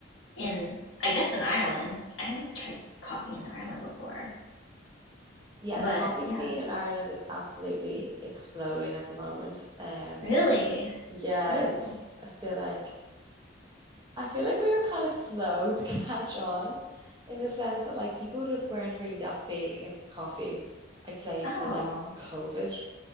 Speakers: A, on the left (about 75°); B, on the right (about 20°).
A: in, I guess in Ireland? I haven't tried coffee in Ireland before.
B: Yeah,
A: But
B: the coffee
A: yeah,
B: scene in Ireland is absolutely exploding at the moment. Um,
A: really?
B: yeah,
A: Ooh.
B: it's I feel like I feel like we were kind of slow <laughs> to catch on in the sense that like people just weren't really that big into coffee, I'd say until
A: Oh,
B: like COVID.